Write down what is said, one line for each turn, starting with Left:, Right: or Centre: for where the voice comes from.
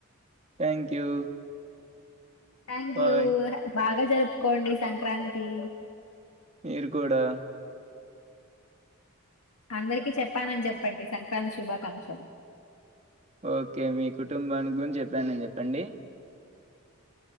Right: thank you
Left: thank
Right: bye
Left: you బాగ జరుపుకోండి సంక్రాంతి
Right: మీరు కూడా
Left: అందరికి చెప్ప చెప్పానని చెప్పండి సంక్రాంతి శుభాకాంక్షలు కాంక్షలు
Right: ఓకే మీ కుటుంబానికి గురించి చెప్పాను నని చెప్పండి